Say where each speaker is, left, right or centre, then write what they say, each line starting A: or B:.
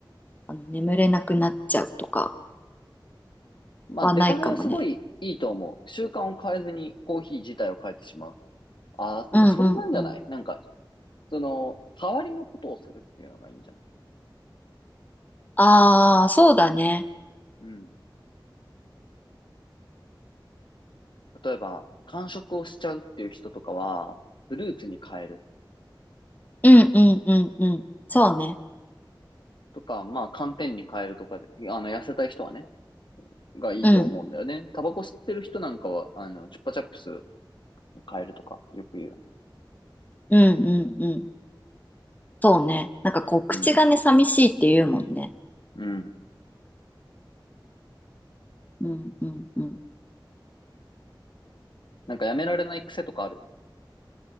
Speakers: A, on the left; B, on the left.
A: あの眠れなくなっちゃうとか
B: まあデカフェはすごいいいと思う。
A: はないかもね。
B: 習慣を変えずにコーヒー自体を変えてしまう。ああ、でもそれなんじゃないなんか、
A: うんうんうん。
B: その、代わりのことをするっていうのがいいんじゃない
A: ああ、そうだね。
B: うん。例えば、間食をしちゃうっていう人とかは、フルーツに変える
A: うんうんうんうん。そうね。
B: とか、まあ寒天に変えるとかで、あの、痩せたい人はね、がいいと思うんだよね。
A: うん。
B: タバコ吸ってる人なんかは、あの、チュッパチャップス変えるとか、よく言うよね。
A: うんうんうん。そうね。なんかこう、
B: うん。
A: 口がね、寂しいって言うもんね。
B: うん。
A: うんうんうん。
B: なんかやめられない癖とかある